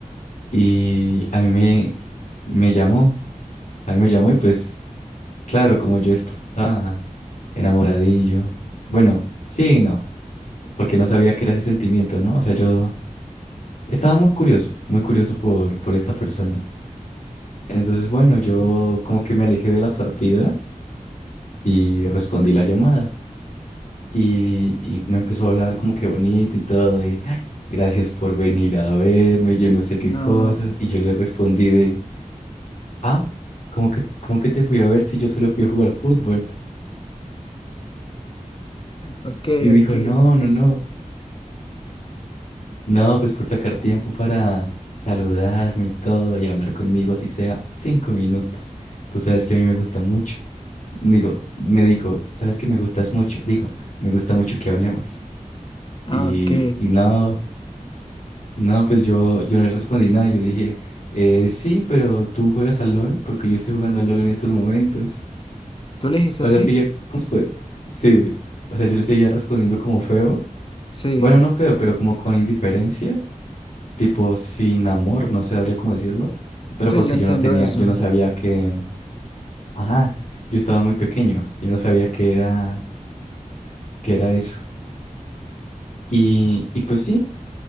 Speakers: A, on the left (about 70°); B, on the left (about 40°).
A: y a mí me, me llamó, a mí me llamó y pues claro, como yo estaba enamoradillo, bueno, sí, y no, porque no sabía que era ese sentimiento, ¿no? O sea, yo... Estaba muy curioso, muy curioso por, por esta persona. Entonces, bueno, yo como que me alejé de la partida y respondí la llamada. Y, y me empezó a hablar como que bonito y todo, de "Ay, gracias por venir a verme, yo no sé
B: No,
A: qué cosas. Y yo le respondí de, ah, como que, como que te fui a ver si yo solo fui a jugar fútbol?
B: ok,
A: Y dijo,
B: ok,
A: no, no, no, no, pues por sacar tiempo para saludarme y todo y hablar conmigo, así sea cinco minutos. Tú sabes que a mí me gusta mucho. Digo, me dijo, ¿sabes que me gustas mucho? Digo, me gusta mucho que hablemos.
B: ah,
A: Y,
B: ok.
A: y no, no, pues yo, yo no le respondí nada. Yo le dije, eh, sí, pero tú juegas al LOL porque yo estoy jugando al LOL en estos momentos.
B: ¿Tú le dijiste
A: O
B: así?
A: sea, seguía como, pues, sí. O sea, yo le seguía respondiendo como feo.
B: Sí,
A: Bueno, no feo, pero como con indiferencia, tipo sin amor, no sabría cómo decirlo. Pero
B: sí,
A: porque
B: yo entiendo
A: yo no tenía,
B: eso.
A: yo no sabía que, ajá, yo estaba muy pequeño. Yo no sabía que era, que era eso. Y, y pues sí,